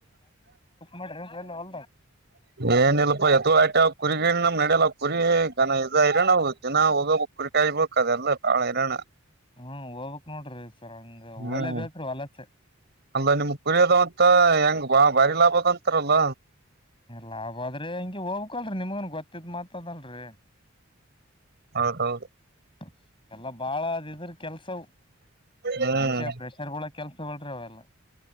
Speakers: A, on the left; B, on the right.
A: ಮಾಡ್ರಿ ಎಲ್ಲಿ ಹೊಲ್ದಾಗ.
B: ಏನಿಲ್ಲಪ್ಪಾ ಎತುಗಳು ಅಟ್ಟೆ ಕುರಿಗಳು ನಮಗೆ ನೆಡಿಯಲ್ಲ ಕುರಿ ದನ ಇದ ಇರಾಣ ಹ ದಿನ ಹೋಗಬೇಕ ಕುರಿಕಾಯ ಇರ್ಬೇಕಕ್ ಅದೆ ಎಲ್ಲ ಬಾಳ ಇರಾಣ
A: ಹ್ಮ್ ಹೋಗ್ಬೇಕ್ ನೋಡ್ರಿ ಸರ್ ಹಂಗ
B: ಹ್ಮ್
A: ಹೋಲೇಬೇಕ್ರಿ ವಲಸೆ.
B: ಅಲ್ಲ ನಿಮ್ಗ್ ಕುರಿಯದವ್ ಅಂತ ಹೆಂಗ ಬಾ ಬಾರಿ ಲಾಭ ಆದ ಅಂತಾರಲ್ಲ
A: ಲಾಭ ಆದ್ರೆ ಹಿಂಗೇ ಹೋಗ್ ಹಕಲ್ರಿ ನಿಮಗನ್ ಗೊತ್ತಿದ್ ಮಾತಾದಲ್ರರಿ
B: ಹೌದೌದು
A: <inaudible> ಎಲ್ಲ ಬಾಳ ಅದ ಇದ್ರ ಕೆಲ್ಸವು
B: ಹ್ಮ್
A: ಮಂಷ್ಯ ಪ್ರೆಷರ್ಗಳಕೆಲ್ಸಗಳು ಅವೆಲ್ಲ